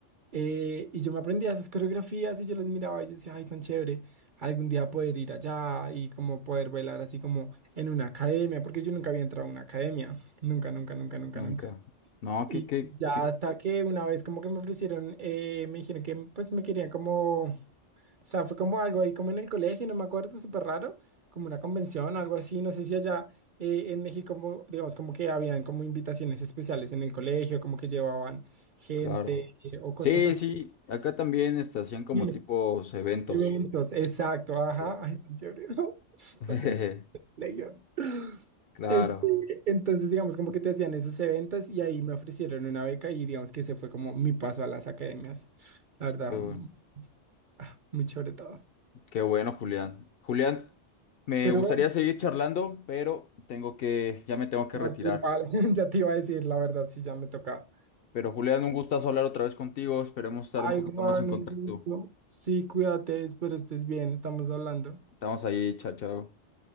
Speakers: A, on the right; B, on the left.
A: Eh, y yo me aprendía esas coreografías y yo las miraba y yo decía, ay, tan chévere, algún día poder ir allá y como poder bailar así como en una academia, porque yo nunca había entrado a una academia, nunca, nunca, nunca, nunca,
B: nunca.
A: nunca.
B: No,
A: Y
B: que, que,
A: ya
B: que,
A: hasta que una vez como que me ofrecieron, eh, me dijeron que pues me querían como... O sea, fue como algo ahí como en el colegio, no me acuerdo, súper raro, como una convención o algo así, no sé si allá eh, en México, como, digamos, como que habían como invitaciones especiales en el colegio, como que llevaban gente
B: claro.
A: eh, o cosas
B: Sí,
A: así,
B: sí, acá también este, hacían como
A: sí,
B: tipos eventos.
A: eventos, exacto, ajá,
B: Sí.
A: ay, tan chévere, ¿no? <laughs>
B: <laughs>
A: porque no es colegio.
B: Claro,
A: Este, entonces, digamos, como que te hacían esos eventos y ahí me ofrecieron una beca y digamos que ese fue como mi paso a las academias, la verdad,
B: qué bueno,
A: mm, ah, muy chévere todo.
B: qué bueno, Julián. Julián, me
A: Pero
B: gustaría
A: bueno.
B: seguir charlando, pero tengo que, ya me tengo que
A: No,
B: retirar.
A: sí, vale, <laughs> ya te iba a decir, la verdad, sí, ya me toca.
B: Pero Julián, un gustazo hablar otra vez contigo. Esperemos estar
A: Ay,
B: un poquito
A: Juan,
B: más en contacto.
A: un gusto. Sí, cuídate, espero estés bien, estamos hablando.
B: Estamos ahí, chao, chao.